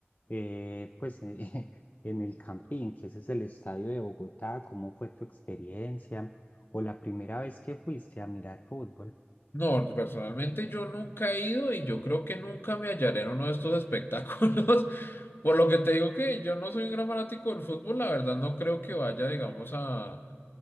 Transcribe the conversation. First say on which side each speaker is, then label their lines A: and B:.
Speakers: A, on the left; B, on the left.
A: eh, pues eh, <laughs> en el Campín, que ese es el estadio de Bogotá? ¿Cómo fue tu experiencia? ¿O la primera vez que fuiste a mirar fútbol?
B: No, personalmente yo nunca he ido y yo creo que nunca me hallaré en uno de estos espectáculos. <laughs> Por lo que te digo que yo no soy un gran fanático del fútbol, la verdad no creo que vaya, digamos, a,